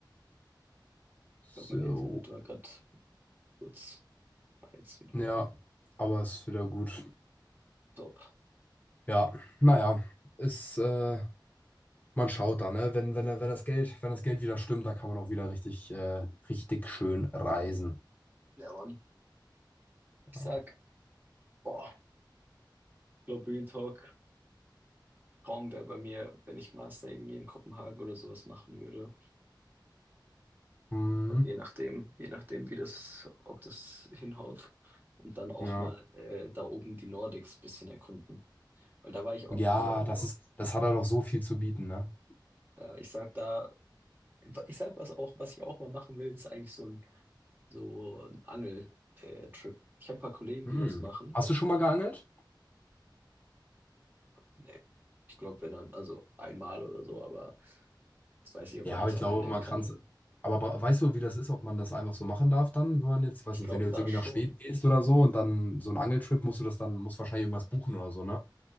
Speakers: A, on the left (about 20°); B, on the right (about 25°).
A: So.
B: Ich glaube, mein Internet war gerade kurz, war jetzt wieder.
A: Ja, aber ist wieder gut.
B: Top.
A: Ja, naja, ist, äh, man schaut da, ne? Wenn, wenn, wenn das Geld, wenn das Geld wieder stimmt, dann kann man auch wieder richtig, äh, richtig schön reisen.
B: Ja, Mann. Ich
A: Ja.
B: sag, boah, ich glaube, Real Talk, Traum wäre bei mir, wenn ich Master irgendwie in Kopenhagen oder sowas machen würde.
A: Mhm.
B: Also je nachdem, je nachdem, wie das, ob das hinhaut. Und dann auch
A: Ja.
B: mal äh, da oben die Nordics ein bisschen erkunden. Weil da war ich auch
A: Ja,
B: noch nie.
A: das ist, das hat er doch so viel zu bieten, ne?
B: Ja, ich sag da, ich sag was auch, was ich auch mal machen will, ist eigentlich so ein, so ein Angel-Trip. Ich habe ein paar Kollegen,
A: hm,
B: die das machen.
A: Hast du schon mal geangelt?
B: Nee, ich glaube, wenn dann, also einmal oder so, aber jetzt weiß ich, ob
A: Ja,
B: man das
A: aber ich
B: Angeln
A: glaube,
B: nennen
A: man
B: kann.
A: kann es. Aber bra- weißt du, wie das ist, ob man das einfach so machen darf dann, wenn man jetzt, weiß
B: Ich
A: nicht,
B: glaube
A: wenn du jetzt
B: da
A: irgendwie
B: schon.
A: nach Schweden gehst oder so und dann so einen Angeltrip, musst du das dann, musst wahrscheinlich irgendwas buchen oder so, ne?